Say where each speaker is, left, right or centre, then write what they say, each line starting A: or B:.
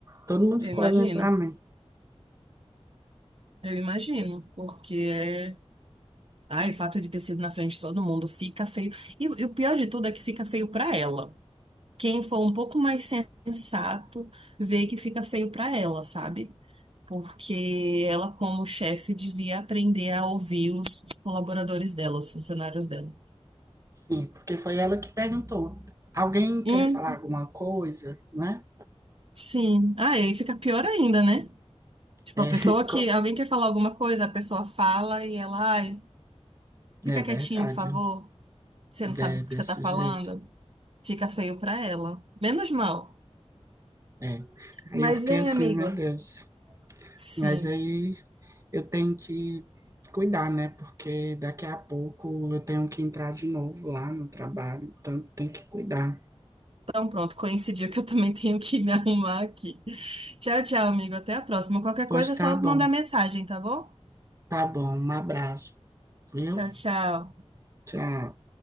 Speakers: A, on the right; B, on the right.
A: Todo mundo
B: Eu
A: ficou
B: imagino.
A: olhando para mim.
B: Eu imagino, porque é. Ai, o fato de ter sido na frente de todo mundo fica feio. E, e o pior de tudo é que fica feio pra ela. Quem for um pouco mais sensato vê que fica feio para ela, sabe? Porque ela, como chefe, devia aprender a ouvir os, os colaboradores dela, os funcionários dela.
A: Sim, porque foi ela que perguntou. Alguém
B: Hum,
A: quer falar alguma coisa, né?
B: sim. Ah, e aí fica pior ainda, né? Tipo,
A: É, <laughs>
B: a pessoa que.
A: co-
B: Alguém quer falar alguma coisa, a pessoa fala e ela, ai, fica
A: é verdade,
B: quietinho, por favor. Você não sabe
A: é
B: o
A: desse
B: que você tá falando.
A: jeito.
B: Fica feio pra ela. Menos mal.
A: É. Aí
B: Mas,
A: eu fiquei
B: hein,
A: assim,
B: amigos?
A: meu Deus.
B: Sim.
A: Mas aí eu tenho que cuidar, né? Porque daqui a pouco eu tenho que entrar de novo lá no trabalho, então tem que cuidar.
B: Então, pronto, coincidiu que eu também tenho que me <laughs> arrumar aqui. Tchau, tchau, amigo. Até a próxima. Qualquer
A: Pois
B: coisa é só
A: tá bom,
B: mandar mensagem, tá bom?
A: tá bom. Um abraço, viu?
B: Tchau, tchau.
A: Tchau.